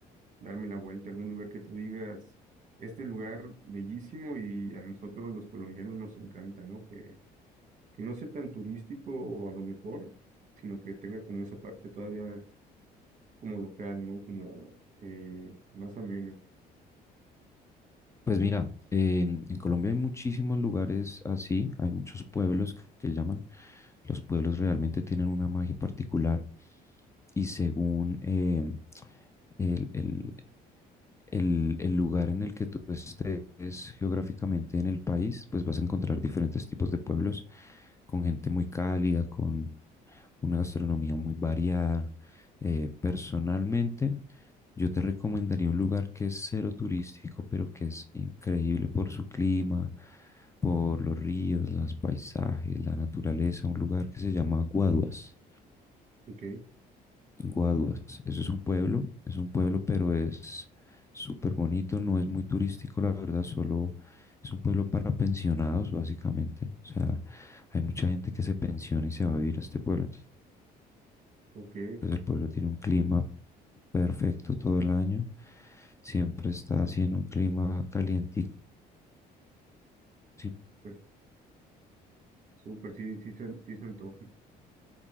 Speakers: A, on the right; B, on the left.
A: darme la vuelta a algún lugar que tú digas, este lugar bellísimo y a nosotros los colombianos nos encanta, ¿no? Que, que no sea tan turístico o a lo mejor, sino que tenga como esa parte todavía como local, ¿no? Como eh, más ameno.
B: Pues mira, en en Colombia hay muchísimos lugares así, hay muchos pueblos que llaman. Los pueblos realmente tienen una magia particular y según eh, el, el- el, el lugar en el que tú estés geográficamente en el país, pues vas a encontrar diferentes tipos de pueblos con gente muy cálida, con una gastronomía muy variada. Eh, personalmente, yo te recomendaría un lugar que es cero turístico, pero que es increíble por su clima, por los ríos, los paisajes, la naturaleza, un lugar que se llama Guaduas.
A: Ok,
B: Guaduas, eso es un pueblo, es un pueblo, pero es súper bonito, no es muy turístico, la verdad, solo es un pueblo para pensionados, básicamente. O sea, hay mucha gente que se pensiona y se va a vivir a este pueblo. Entonces,
A: ok,
B: el pueblo tiene un clima perfecto todo el año, siempre está así en un clima calientico, sin
A: pues súper, sí, sí se, sí se antoja.